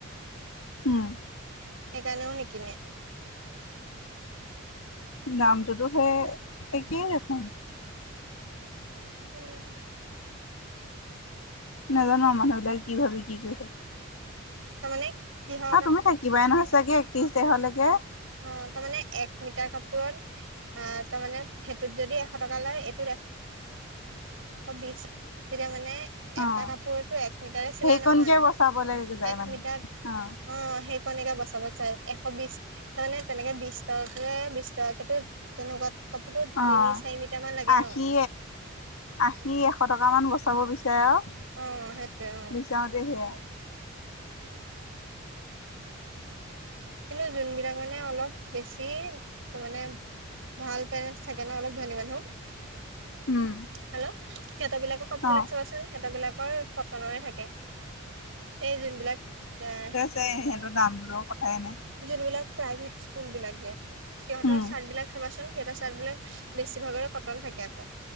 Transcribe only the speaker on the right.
সেইকাণেও নিকিনে।
উম,
তাৰ মানে কি হয়?
অঁ তামানে এক মিটাৰ কাপোৰত অঁ তাৰমানে সেইটোত যদি এশ টকা লয় এইটোত- এশ বিশ তেতিয়া মানে এটা
কাপোৰতো এক মিটাৰে চিলাই
নহয়
এক
মিটাৰ
অঁ সেইকণেকে বচাব চাই এশ বিশ তাৰ মানে তেনেকে বিশ টকাকে বিশ টকাকে ত তেনকুৱা কাপোটোত
তিনি চাৰি মিটাৰ মান লাগে
ন।
উম, সেইটোৱে উম।
কিনো যোনবিলাক মানে অলপ বেছি তাৰ মানে ভাল পেৰেণ্টছ থাকে ন অলপ ধনী মানুহ।
হেল্ল সিহঁতৰ বিলাকৰ কাপোৰ বিলাক
চাবাচোন সিহঁতৰ বিলাকৰ কটনৰে থাকে। এই যোনবিলাক তেহ-
যোনবিলাক প্ৰাইভেট স্কুল বিলাক যে সিহঁতৰ
চাৰ্ট বিলাক চাবাচোন সিহঁতৰ চাৰ্টবিলাক বেছি ভাগৰে কটন থাকে।